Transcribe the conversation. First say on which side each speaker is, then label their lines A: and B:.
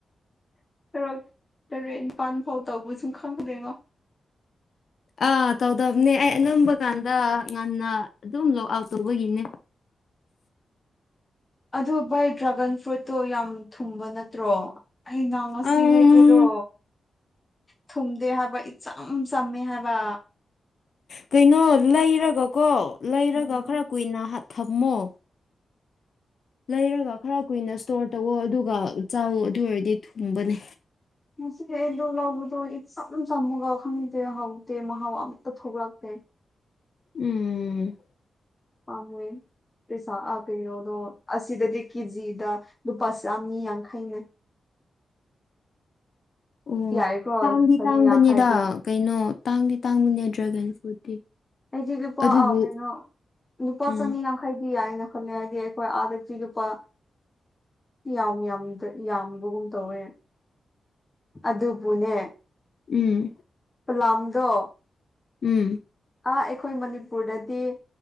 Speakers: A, on the left; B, on the left.
A: ꯈꯔ ꯇꯔꯦꯠ ꯅꯤꯄꯥꯜ ꯐꯥꯎ ꯇꯧꯕꯁꯨ ꯈꯪꯗꯦꯉꯣ
B: ꯑꯥ ꯇꯧꯗꯕꯅꯦ ꯑꯩ ꯑꯅꯝꯕ ꯀꯥꯟꯗ ꯉꯟꯅ ꯑꯗꯨꯝ ꯂꯣꯛ ꯑꯥꯎꯠ ꯇꯧꯕꯒꯤꯅꯦ
A: ꯑꯗꯨ ꯚꯥꯏ ꯗ꯭ꯔꯥꯒꯟ ꯐ꯭ꯔꯨꯏꯠꯇꯣ ꯌꯥꯝ ꯊꯨꯝꯕ ꯅꯠꯇ꯭ꯔꯣ ꯑꯩꯅꯥ ꯉꯁꯤ
B: ꯑꯝ
A: ꯂꯩꯕꯗꯣ ꯊꯨꯝꯗꯦ ꯍꯥꯏꯕ ꯏ ꯆꯝ ꯆꯝꯃꯦ ꯍꯥꯏꯕ
B: ꯀꯩꯅꯣ ꯂꯩꯔꯒ ꯀꯣ ꯂꯩꯔꯒ
A: ꯎꯝ
B: ꯈꯔ ꯀꯨꯏꯅ ꯊꯝꯃꯣ ꯂꯩꯔꯒ ꯈꯔ ꯀꯨꯏꯅ ꯏꯁꯇꯣꯔ ꯇꯧꯋꯣ ꯑꯗꯨꯒ ꯆꯥꯎ ꯑꯗꯨ ꯑꯣꯏꯔꯗꯤ ꯊꯨꯡꯕꯅꯦ
A: ꯉꯁꯤ ꯑꯩꯗꯣ ꯂꯧꯕꯗꯣ ꯏꯆꯝ ꯆꯝꯃꯒ ꯈꯪꯗꯦ ꯍꯥꯎꯇꯦ ꯃꯍꯥꯎ ꯑꯝꯇ ꯊꯣꯛꯂꯛꯇꯦ
B: ꯎꯝ
A: ꯄꯥꯝꯃꯣꯏ ꯄꯩꯁꯥ ꯀꯩꯅꯣꯗꯣ ꯑꯁꯤꯗꯗꯤ ꯀꯦꯖꯤꯗ ꯂꯨꯄꯥ ꯆꯥꯝꯃ ꯌꯥꯡꯈꯩꯅꯦ
B: ꯑꯣ
A: ꯌꯥꯏꯀꯣ
B: ꯇꯥꯡꯗꯤ
A: ꯆꯅꯤ
B: ꯇꯥꯡꯕꯅꯤꯗ
A: ꯌꯥꯡꯈꯩꯗꯤ
B: ꯀꯩꯅꯣ ꯇꯥꯡꯗꯤ ꯇꯥꯡꯕꯅꯦ ꯗ꯭ꯔꯦꯒꯟ ꯐ꯭ꯔꯨꯠꯇꯤ
A: ꯑꯩꯗꯤ ꯂꯨꯄꯥ
B: ꯑꯗꯨꯕꯨ
A: ꯀꯩꯅꯣ ꯅꯨꯄꯥ
B: ꯎꯝ
A: ꯆꯅꯤ ꯌꯥ ꯍꯥꯏꯗꯤ ꯑꯅ ꯈꯜꯂꯦ ꯍꯥꯏꯗꯤ ꯑꯩꯈꯣꯏ ꯑꯥꯗ ꯄꯤꯔꯨꯄ ꯌꯥꯝ ꯌꯥꯝ ꯌꯥꯝꯕꯒꯨꯝ ꯇꯧꯋꯦ ꯑꯗꯨꯕꯨꯅꯦ
B: ꯎꯝ
A: ꯄ꯭ꯂꯥꯡꯗꯣ
B: ꯎꯝ
A: ꯑ ꯑꯩꯈꯣꯏ ꯃꯅꯤꯄꯨꯔꯗꯗꯤ